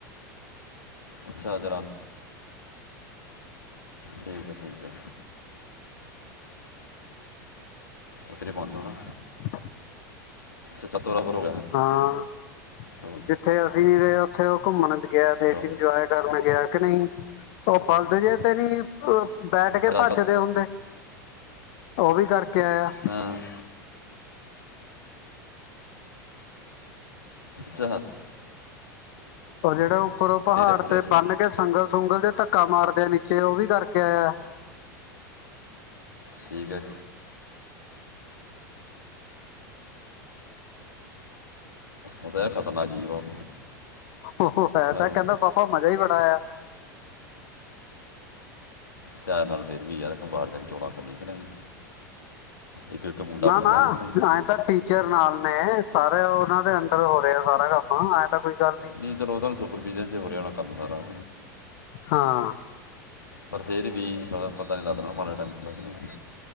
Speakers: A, on the left; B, on the left.
A: ਅੱਛਾ ਜਰਾ ਠੀਕ ਹੈ ਠੀਕ ਹੈ ਅਸਰੀ ਪਹੁੰਚ ਹੋਣਾ
B: ਹ
A: ਅੱਛਾ ਤੋਰਾ ਪਰ ਹੋ ਗਿਆ
B: ਹਾਂ
A: ਹਲੋ
B: ਜਿੱਥੇ ਅਸੀਂ ਨ ਗਏ ਉੱਥੇ ਉਹ ਘੁੰਮਣ ਦੇ ਗਿਆ ਦੇਖ
A: ਹਲੋ
B: ਇੰਜੋਏ ਕਰਨ ਗਿਆ ਨਹੀਂ ਉਹ ਪਲਦ ਜੇ ਤੇ ਨਹੀਂੀ ਬੈਠ ਕੇ
A: ਅਰਾ
B: ਭੱਜਦੇ
A: ਤਾਂ
B: ਹੁੰਦੇ ਉਹ ਵੀ ਕਰਕੇ ਆਇਆ
A: ਹਾਂ ਸ
B: ਉਹ ਜਿਹੜਾ ਉੱਪਰੋਂ ਪਹਾੜ
A: ਪੂਰੇ
B: ਤੇ ਬੰਨ ਕੇ ਸੰਗਲ ਸੁੰਗਲ ਦੇ ਧੱਕਾ ਮਾਰਦੇ ਆ ਨੀਚੇ ਉਹ ਵੀ ਕਰਕੇ ਆਇਆ
A: ਠੀਕ ਹੈ ਉਹ ਤਾਂ ਇਹ ਖ਼ਤਰਨਾਕ ਜੀਜ਼ ਬਹੁਤ
B: ਉਹ ਹੈ
A: ਹਲੋ
B: ਤਾਂ ਕਹਿੰਦਾ ਪਾਪਾ ਮਜ਼ਾ ਹੀ ਬੜਾ ਆ
A: ਤਿਆਰ ਨਾਲ ਫੇਰ ਵੀ ਯਾਰਬਾਰ ਤ ਚੋਣਾਂ ਕਰਨੀ ਕਿ ਨਹੀਂ ਇੱਕ ਇੱਕ ਮੁੰਡਾ
B: ਨਾ
A: ਬਣਦਾ
B: ਨਾ
A: ਕਿ ਨਹੀਂ
B: ਐਏਂ ਤਾਂ ਟੀਚਰ ਨਾਲ ਨੇ ਸਾਰੇ ਉਹਨਾਂ ਦੇ ਅੰਡਰ ਹੋ ਰਿਹਾ ਆ ਸਾਰਾ ਕੰਮ ਤਾਂ ਕੋਈ ਗੱਲ ਨਹੀਂ
A: ਨੀ ਚਲੋਦਾ ਸ ਸੁਪਰ ਬੀਜ਼ ਹੋਰ ਜਾਣਾ ਕੰਮ ਸਾਰਾ
B: ਹਾਂ
A: ਪਰ ਫੇਰ ਵੀ ਚ ਪਤਾ ਨੀ ਲੱਗਦਾਣਾ ਮਾੜੇ ਟਾਈਮ ਨਹੀਂ